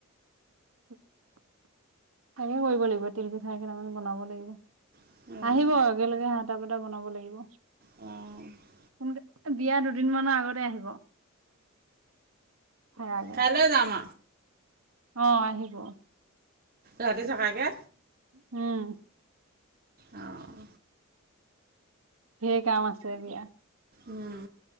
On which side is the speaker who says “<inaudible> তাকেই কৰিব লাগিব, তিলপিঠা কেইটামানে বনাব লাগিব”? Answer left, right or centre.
Right